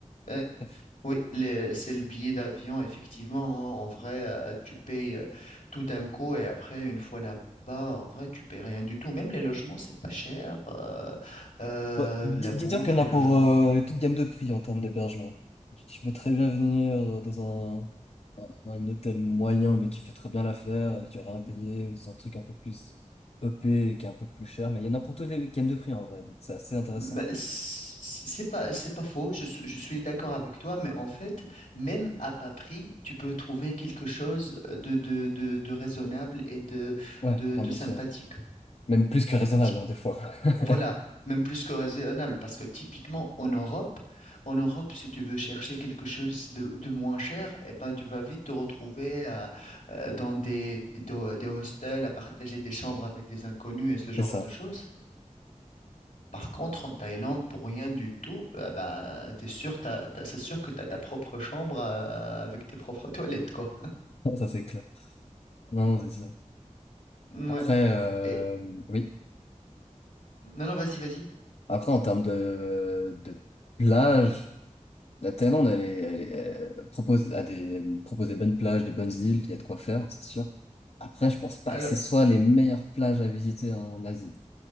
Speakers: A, on the left (about 80°); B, on the left (about 55°).
A: euh,
B: euh,
A: oui, les- c'est le billet d'avion, effectivement. hein. En vrai, euh, tu payes euh, tout d'un coup et après, une fois là-bas, en vrai, tu payes rien du tout. Même les logements, c'est pas cher. euh, euh,
B: bon, di-
A: la bouffe,
B: disons qu'il y en
A: les
B: a
A: logements.
B: pour euh, toute gamme de prix en termes d'hébergement. Tu tu peux très bien venir euh, dans un, un hôtel moyen, mais qui fait très bien l'affaire et que tu vas rien payer, ou dans un truc un peu plus EP et qui est un peu plus cher. Mais il y en a pour toutes les gammes de prix, en vrai. Donc, c'est assez intéressant.
A: Mais c- C'est pas, c'est pas faux, je, suis- je suis d'accord avec toi, mais en fait, même à bas prix, tu peux trouver quelque chose de, de, de, de raisonnable et de,
B: Ouais,
A: de,
B: non,
A: de
B: bien
A: sympathique.
B: sûr. Même plus que raisonnable,
A: Euh, typ-
B: hein, des fois. <laughs>
A: Voilà, même plus que raisonnable, parce que typiquement en Europe, en Europe, si tu veux chercher quelque chose de, de moins cher, eh ben, tu vas vite te retrouver à- euh, dans des, des, des hostels, à partager des chambres avec des inconnus et ce genre
B: C'est ça.
A: de choses. Par contre, en Thaïlande, pour rien du tout, euh, bah, t'es sûr, t'as- t'as- c'est sûr que tu as ta propre chambre euh, avec tes propres <laughs> toilettes, quoi.
B: Ça, c'est clair. Non, non, c'est sûr.
A: Ouais.
B: Après, euh,
A: Et...
B: oui.
A: Non, non, vas-y, vas-y.
B: Après, en termes de, de plage, la Thaïlande, elle est, elle est- elle propose à des, propose des bonnes plages, des bonnes îles, il y a de quoi faire, c'est sûr. Après, je pense pas
A: Alors,
B: que ce soit les meilleures plages à visiter en Asie.